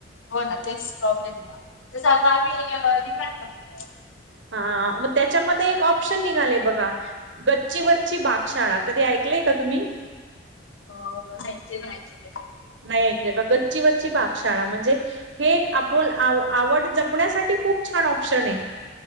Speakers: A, on the left (about 85°); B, on the right (about 75°).
A: हो ना. तेच प्रॉब्लेम ए. तस आता आम्ही <unintelligible>
B: हां. मग त्याच्यामध्ये एक ऑप्शन निघाले बघा. गच्चीवरची बागशाळा. कधी ऐकलय का तुम्ही?
A: हो. नाही ते नाही ऐकलेलं कधी.
B: नाही ऐकलंय का? गच्चीवरची बागशाळा म्हणजे- हे एक आप आवड जपण्यासाठी खूप छान ऑप्शन आहे.